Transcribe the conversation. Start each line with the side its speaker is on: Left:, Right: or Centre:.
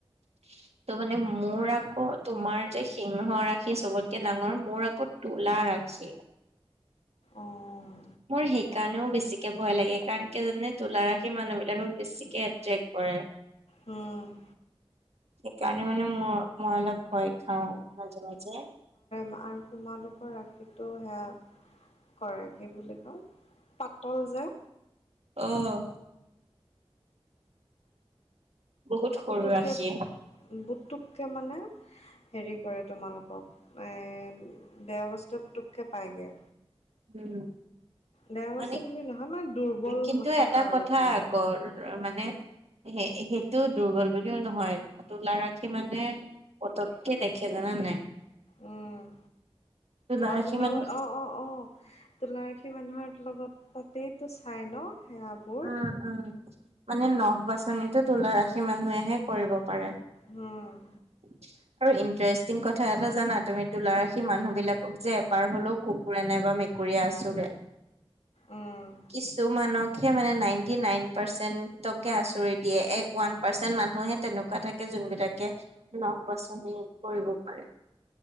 Right: <inaudible> ত' মানে মোৰ আকৌ তোমাৰ যে সিংহ ৰাখি চবতকে ডাঙৰ মোৰ আকৌ। তুলা ৰাশি।
Left: অ',
Right: <inaudible> মোৰ সেই কাৰণেও বেছিকে ভয় লাগে কাৰণ কিয় জানে তুলাৰশি মানুহ বিলাকক বেছিকে এট্ৰেক্ট কৰে।
Left: উম।
Right: সেইকাৰণে মানে মই মই অলপ ভয় খাও মাজে মাজে।
Left: ম আৰু তোমালোকৰ ৰাখিটোও হেয়া কৰেগী বুলি কও পাতল যে।
Right: অ', বহুত সৰু
Left: পুতুকে
Right: ৰাখি
Left: বুটুককে মানে হেৰি কৰে তোমালোকক এ বেয়া বস্তু পুটুককে পায়গে।
Right: উম,
Left: বেয়া
Right: মানে
Left: বস্তু বুলি নহয় মানে দুৰ্বল
Right: কিন্তু
Left: থাকা
Right: এটা
Left: আৰু
Right: কথা
Left: তোমালোক
Right: আক। মানে স সেইটোও দুৰ্বল বুলিও নহয় তোলা ৰাখি মানে পতককে দেখে জানা নাই।
Left: উম।
Right: তোলা
Left: অ,
Right: ৰাখি
Left: তোলাব
Right: মানে
Left: অ', অ ', অ', তুলা ৰাশি মানুহৰ লগত তাতেইতো চাই ন সেৱাবোৰ।
Right: উম উম, মানে নখ বাচনিটো তুলা ৰাশি মানুহেহে কৰিব পাৰে।
Left: উম,
Right: <inaudible> আৰু ইণ্টাৰেষ্টিং কথা এটা জানা তুমি তুলাৰ ৰাখি মানুহ বিলাকক যে এপাৰ হলেও কুকুৰৰে নাই বা ম কৰি আছো দে
Left: উম
Right: কিছুমানক। কে মানে নাইনটি নাইন পাৰ্চেন্টকে আচুৰি দিয়ে এক ওৱান পাৰ্চেন্ট মানুহে তেনে কা থাকে যোনবিলাকে নখ বাছনি কৰিব পাৰে।